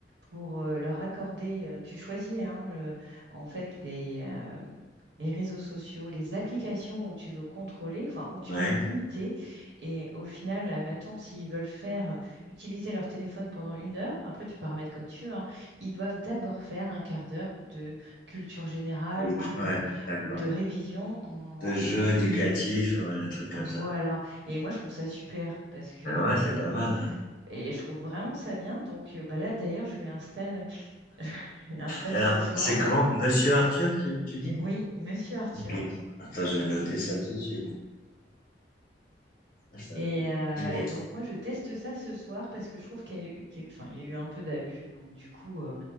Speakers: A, on the right; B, on the left.
A: pour euh, leur accorder, euh, tu choisis hein, euh, en fait les, euh, les réseaux sociaux, les applications où tu veux contrôler, enfin où tu
B: Ouais.
A: veux limiter. Et au final, admettons, s'ils veulent faire utiliser leur téléphone pendant une heure, après tu paramètres comme tu veux, hein, ils doivent d'abord faire un quart d'heure de culture générale
B: Et-
A: ou,
B: Ouais,
A: euh,
B: d'accord.
A: ou de révision en,
B: De jeux
A: en-
B: éducatifs, ouais, un truc
A: Voilà.
B: comme ça.
A: Et moi, je trouve ça super parce que
B: Ah
A: euh,
B: ouais, c'est pas mal. hein.
A: et je trouve vraiment ça bien. Donc euh, bah là, d'ailleurs, je lui installe, <laughs> je lui installe
B: Alors,
A: ce soir,
B: c'est comment? Monsieur Arthur, tu, tu dis?
A: oui, Monsieur Arthur.
B: Ok. Attends, je vais noter ça tout de suite. Ça
A: Et,
B: va
A: euh,
B: m'aider.
A: et donc moi, je teste ça ce soir parce que je trouve qu'il y a eu, qu'il y a eu- enfin, il y a eu un peu d'abus. Donc du coup, euh,